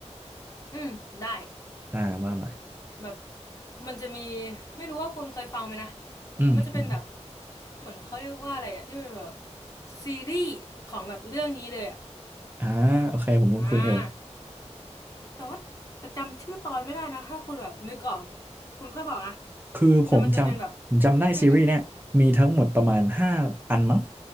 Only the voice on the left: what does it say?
อืมได้
แบบมันจะมีไม่รู้ว่าคุณเคยฟังไหมนะ
แล้วมันจะเป็นแบบเหมือนเขาเรียกว่าอะไรอะที่เป็นแบบซีรีส์ของแบบเรื่องนี้เลยอะ
อ่า แต่ว่าแต่จำชื่อตอนไม่ได้นะถ้าคุณแบบนึกออกคุณค่อยบอกนะ
แต่มันจะเป็นแบบ
อืมอืม